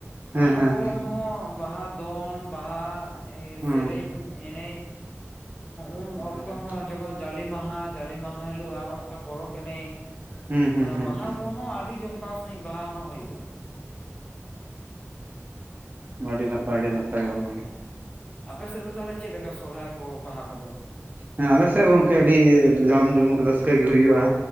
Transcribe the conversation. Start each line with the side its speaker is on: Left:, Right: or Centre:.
Left: ᱵᱟᱦᱟ
Right: ᱦᱮᱸ ᱦᱮᱸ ᱦᱮᱸ
Left: ᱠᱚᱨᱮ
Right: ᱦᱮᱸ
Left: ᱦᱚᱸ ᱵᱟᱦᱟ ᱫᱚᱱ ᱵᱟᱦᱟ
Right: ᱦᱩᱸ
Left: ᱥᱮᱨᱮᱧ ᱮᱱᱮᱡ ᱩᱱ
Right: ᱦᱩᱸ
Left: ᱚᱠᱛᱚ ᱦᱚᱸ ᱡᱚᱠᱷᱚᱱ ᱡᱟᱞᱮ ᱢᱟᱦᱟ ᱡᱟᱞᱮ ᱢᱟᱦᱟ ᱦᱤᱞᱳᱜ ᱟᱨᱚ ᱚᱱᱠᱟ ᱯᱚᱨᱚᱵᱽ ᱮᱱᱮᱡ᱾
Right: ᱦᱩᱸ ᱦᱩᱸ
Left: ᱚᱱᱟ
Right: ᱦᱩᱸ
Left: ᱵᱟᱦᱟ
Right: ᱦᱩᱸ
Left: ᱠᱚᱦᱚᱸ ᱟᱹᱰᱤ ᱡᱚᱢᱠᱟᱣ ᱥᱟᱹᱦᱤᱡ ᱵᱟᱦᱟ ᱦᱚᱸ ᱦᱩᱭᱩᱜᱼᱟ᱾
Right: ᱟᱹᱰᱤ ᱱᱟᱯᱟᱭ ᱟᱹᱰᱤ ᱱᱟᱯᱟᱭ ᱜᱚᱢᱠᱮ᱾
Left: ᱟᱯᱮ ᱥᱮᱫ ᱫᱚ ᱛᱟᱦᱚᱞᱮ ᱪᱮᱫ ᱞᱮᱠᱟ ᱥᱚᱨᱦᱟᱭ ᱠᱚ ᱵᱟᱦᱟ ᱠᱚᱫᱚ?
Right: ᱦᱮᱸ ᱟᱞᱮᱥᱮᱫ ᱜᱚᱝᱠᱮ ᱟᱹᱰᱤ ᱡᱟᱢᱼ ᱡᱚᱢᱚᱠ ᱨᱟᱹᱥᱠᱟᱹ ᱜᱮ ᱦᱩᱭᱩᱜᱼᱟ᱾